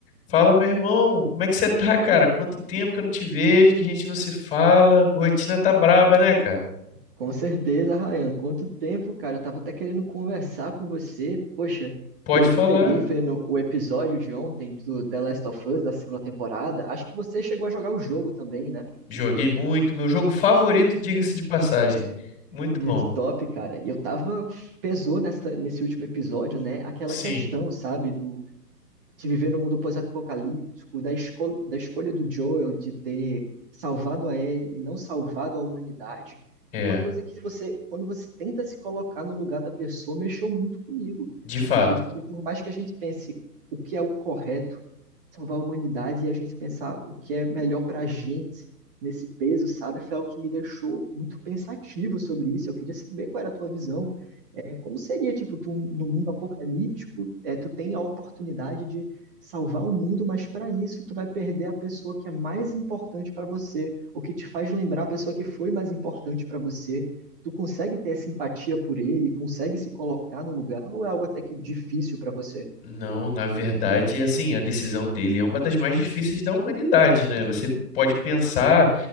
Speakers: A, on the left (about 15°); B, on the right (about 35°).
A: Fala, meu irmão, como é que você tá, cara? Quanto tempo que eu não te vejo, que a gente não se fala. Rotina tá braba, né, cara?
B: Com certeza, Ryan. Quanto tempo, cara. Eu tava até querendo conversar com você. Poxa,
A: Pode
B: eu me
A: falar.
B: peguei vendo o episódio de ontem do The Last of Us, da segunda temporada. Acho que você chegou a jogar o jogo também, né?
A: Joguei muito, meu jogo favorito, diga-se de passagem. Muito
B: Muito
A: bom.
B: top, cara. E eu tava. Pesou nessa, nesse último episódio, né? Aquela
A: Sim,
B: questão, sabe? Do de viver no mundo pós-apocalíptico, da, escol da escolha do Joel de ter salvado a Ellie e não salvado a humanidade,
A: é,
B: uma coisa que você, quando você tenta se colocar no lugar da pessoa, mexeu muito comigo.
A: de fato.
B: Porque por mais que a gente pense o que é o correto, salvar a humanidade e a gente pensar o que é melhor para a gente nesse peso, sabe? Foi algo que me deixou muito pensativo sobre isso. Eu queria saber qual era a tua visão. É, como seria, tipo, tu, no mundo apocalíptico, é, tu tem a oportunidade de salvar o mundo, mas para isso tu vai perder a pessoa que é mais importante para você, ou que te faz lembrar a pessoa que foi mais importante para você. Tu consegue ter simpatia por ele? Consegue se colocar no lugar? Ou é algo até que difícil para você?
A: Não, na verdade, assim, a decisão dele é uma das mais difíceis da humanidade, né? Você pode pensar,